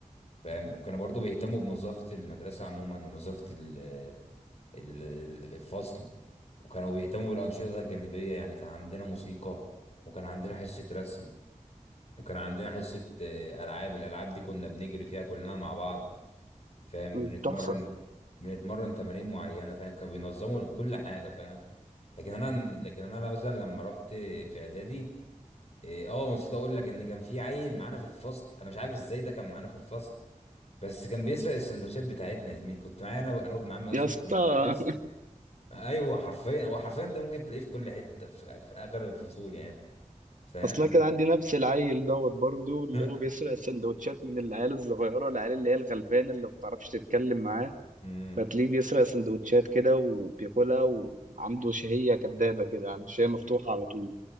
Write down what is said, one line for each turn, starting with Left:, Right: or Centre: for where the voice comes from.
Left: فاهم وكانوا برضه بيهتموا بنظافه المدرسه عموما ونظافه ال- ال- ال- الفصل وكانوا بيهتموا بالانشطه الجانبيه يعني كان عندنا موسيقى وكان عندنا حصه رسم وكان عندنا حصه آه، العاب الالعاب دي كنا بنجري فيها كلنا مع بعض فاهم
Right: مم،
Left: بنتمرن
Right: تحفة
Left: بنتمرن تمارين معينه فاهم كانوا بينظموا كل حاجه فاهم لكن انا لكن انا مثلا لما رحت في اعدادي إيه، اه ونسيت اقول لك ان كان في عيل معانا في الفصل انا مش عارف ازاي ده كان معانا في الفصل بس كان بيسرق السندوتشات بتاعتنا يا زميلي كنت معايا انا انا وابن عمي اصلا
Right: يا اسطى
Left: كنا في الفصل ايوه حرفيا هو حرفيا ده ممكن تلاقيه في كل حته في, في اغلب الفصول يعني
Right: <laughs>
Left: فاهم
Right: أصلا كان عندي نفس العيل دوت برضو اللي
Left: <laughs>
Right: هو بيسرق السندوتشات من العيال الصغيرة العيال اللي هي الغلبانة اللي ما بتعرفش تتكلم معاه
Left: امم
Right: فتلاقيه بيسرق سندوتشات كده وبياكلها وعنده شهية كدابة كده عنده شهية مفتوحة على طول